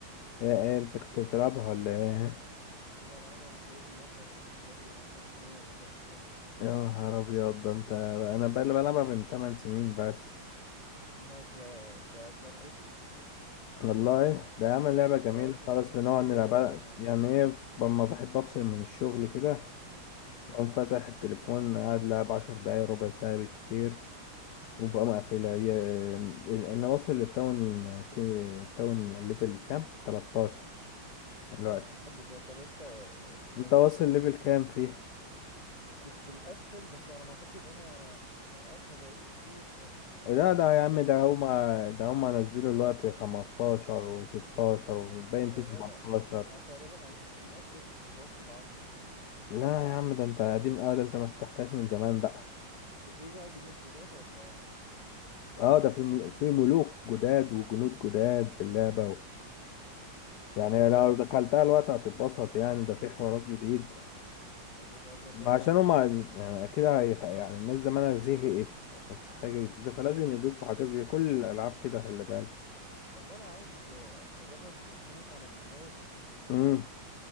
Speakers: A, on the left; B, on the left.
A: ايه إيه، انت كنت بتلعبها ولا ايه
B: كنت بلعبها بقالي مثلا حوالي عشر سنين ولا 11 سنة
A: يا نهار ابيض ده انت انا بقى اللي بلعبها من 8 سنين بس
B: ده ده ده ده العيش
A: والله ده عامل
B: انت
A: لعبه جميله
B: واصل
A: خلاص بنقعد
B: ليفل
A: نلعبها
B: كام ولا
A: يعني ايه ف- لما بحب افصل من الشغل كده
B: امم
A: اقوم فاتح التليفون قاعد لعب 10 دقايق ربع ساعه بالكتير
B: امم
A: وبقى مقفلة هي أنا واصل للتاون تي- التاون ليفل كام؟ 13 دلوقتي
B: حلو ده طب انت اسمه
A: أنت
B: ده
A: واصل ليفل كام فيه؟
B: كنت مقفل بس على ما اعتقد انا موقفها بقالي كتير فهتلاقي
A: لا ده يا عم
B: مثلا
A: ده هما
B: اخر
A: ده هما نزلوا دلوقتي 15 و16 وباين
B: يا
A: فيه 17
B: جدع أنا تقريبا انا كنت مركز وكنت واصل لعشرة تقريبا
A: لا يا عم ده انت قديم قوي ده انت ما فتحتهاش من زمان بقى
B: وفي بقى جنود جداد ولا
A: اه ده في مل- في ملوك جداد وجنود جداد في اللعبة و... يعني
B: يا
A: لو
B: جدع
A: دخلتها الوقت هتتبسط يعني ده في حوارات جديد
B: حلو ده اجربها
A: ما عشان هما يعني كده هيخ- يعني الناس زمانها زهقت مفيش حاجة جديدة
B: مم.
A: فلازم يضيفوا حاجات جديدة كل الألعاب كده خلي بالك
B: والله انا عايز آه، اجرب فورتنايت على الموبايل تمام
A: امم